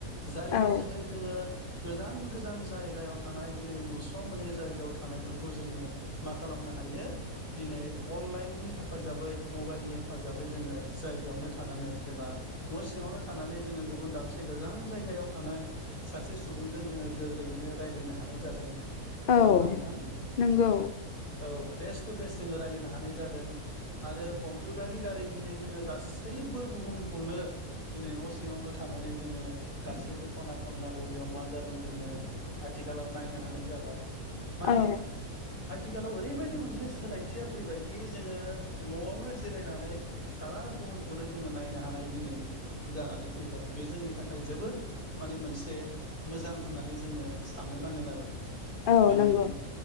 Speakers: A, on the left (about 35°); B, on the left (about 55°).
A: जायनि
B: औ
A: जोहै जोङो गोजान गोजान जायगायाव थानाय दिनै नुस'मै जायगायाव थानायफोरखौ जोङो मा खालामनो हाय हायो दिनै अनलाइननि हेफाजाबै मबाइलनि हेफाजाबै जोङो जायगायावनो थाना नै एबा न' सिङावनो जोङो गुबुन दाबसे गोजान जायगायाव थानाय सासे सु सुबुंजों जोङो गोरलैयैनो रायलायनो हानाय जादों। नङा
B: औ
A: होमबा नोंथां
B: नंगौ
A: औ। फेस टु फेस जोङो रायलायनो हानाय जादों आरो कम्पिउटारनि दारै दिनै जोङो गासैबो बुहुमखौनो दिनै न' सिङावनो थानानै जोङो गासैबो खना खनला ब बेयाव मा जादों जोङो आथिखालाव नायनो हानाय जाबाय माने
B: औ
A: आथिखालाव ओरैबायदि मोनसे सोलायथिया फैबायदि जोङो न'आवनो जिरायनानै सारा बुहुमखौनो जोङो नायनो हानाय दिनै जानानै फैबाय बे जोंनि थाखाय जोबोद माने मोनसे मोजां होननानै जोङो साननो नांगोन आरो
B: औ
A: बेबायदि
B: नंगौ